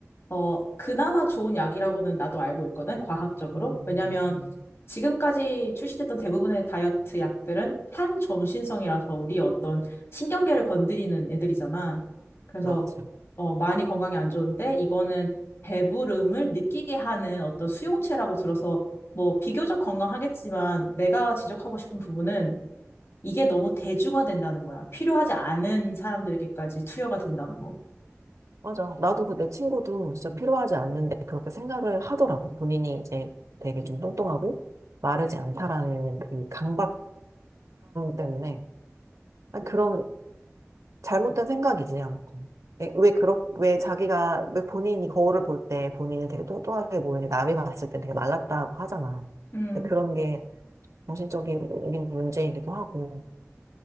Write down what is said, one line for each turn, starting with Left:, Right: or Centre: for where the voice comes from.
Left: 어, 그나마 좋은 약이라고는 나도 알고 있거든, 과학적으로.
Right: 음,
Left: 왜냐면
Right: 음.
Left: 지금까지 출시됐던 대부분의 다이어트 약들은 향정신성이라서 우리의 어떤 신경계를 건드리는 애들이잖아. 그래서
Right: 그렇지.
Left: 어, 많이 건강에 안 좋은데 이거는 배부름을 느끼게 하는 어떤 수용체라고 들어서 뭐 비교적 건강하겠지만 내가 지적하고 싶은 부분은 이게 너무 대중화된다는 거야. 필요하지 않은 사람들에게까지 투여가 된다는 거.
Right: 맞아. 나도 그 내 친구도 진짜 필요하지 않는데 그렇게 생각을 하더라고. 본인이 이제 되게 좀 뚱뚱하고 마르지 않다라는 그 강박감 때문에. 아니, 그런 잘못된 생각이지, 아무튼. 왜, 왜, 그렇, 왜 자기가, 왜 본인이 거울을 볼 때 본인은 되게 뚱뚱하게 보이는데 남이 봤을 때 되게 말랐다고 하잖아.
Left: 음.
Right: 근데 그런 게 정신적인 문제이기도 하고